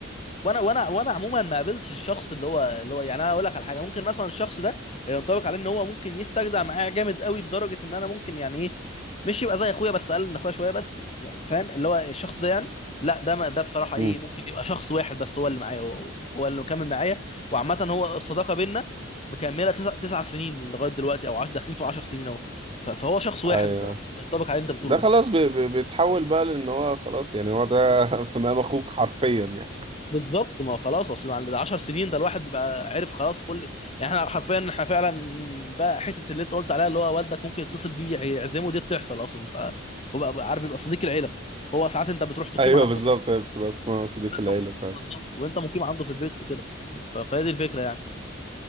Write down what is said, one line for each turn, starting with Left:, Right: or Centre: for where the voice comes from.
Left: وانا وانا وانا عموما ما قابلتش الشخص اللي هو اللي هو يعني انا اقول لك على حاجه ممكن مثلا الشخص ده ينطبق عليه ان هو ممكن يستجدع معايا جامد قوي لدرجه ان انا ممكن يعني ايه مش يبقى زي اخويا بس اقل من اخويا شويه بس يعني فاهم اللي هو الشخص ده يعني لا ده ما ده بصراحه ايه
Right: امم
Left: ممكن يبقى شخص واحد بس هو اللي معايا هو, هو اللي مكمل معايا وعامه هو الصداقه بينا مكمله تسع, تسع سنين لغايه دلوقتي او عش داخلين في 10 سنين اهو ف- فهو شخص واحد
Right: ايوه
Left: بصراحه ينطبق على اللي انت بتقوله
Right: ده خلاص
Left: ده
Right: بي- بي- بيتحول بقى لان هو خلاص يعني هو ده <laughs> في مقام اخوك حرفيا يعني
Left: بالظبط ما هو خلاص اصل بعد 10 سنين ده الواحد بقى عرف خلاص كل يعني احنا حرفيا احنا فعلا بقى حته اللي انت قلت عليها اللي هو والدك ممكن يتصل بيه يعزمه دي بتحصل اصلا فهو بقى بقى عارف يبقى صديق العيله هو ساعات انت بتروح تقيم
Right: ايوه
Left: عنده
Right: بالظبط
Left: في البيت
Right: هي بتبقى اسمها صديق
Left: وانت
Right: العيله
Left: مقيم-
Right: فعلا
Left: بالظبط وانت مقيم عنده في البيت وكده ف- فهي دي الفكره يعني